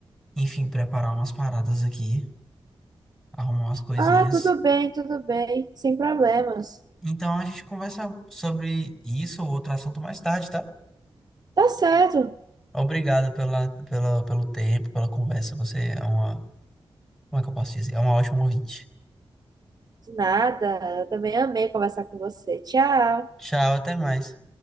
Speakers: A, in the centre; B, on the right (about 40°).
A: enfim, preparar umas paradas aqui, arrumar umas coisinhas.
B: Ah, tudo bem, tudo bem, sem problemas.
A: Então a gente conversa sobre isso ou outro assunto mais tarde, tá?
B: Tá certo.
A: Obrigado pela, pela, pelo tempo, pela conversa. Você é uma, como é que eu posso dizer? É uma ótima ouvinte.
B: De nada. Eu também amei conversar com você. Tchau.
A: Tchau, até mais.